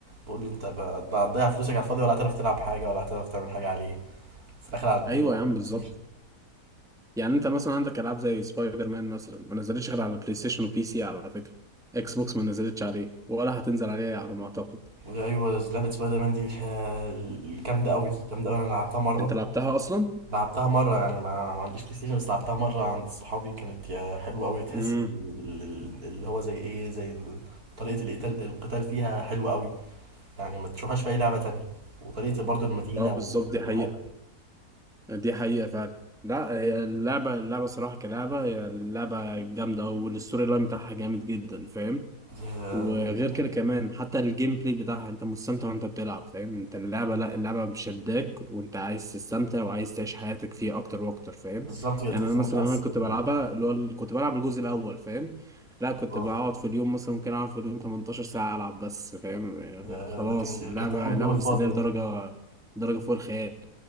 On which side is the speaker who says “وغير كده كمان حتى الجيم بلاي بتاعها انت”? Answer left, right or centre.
Centre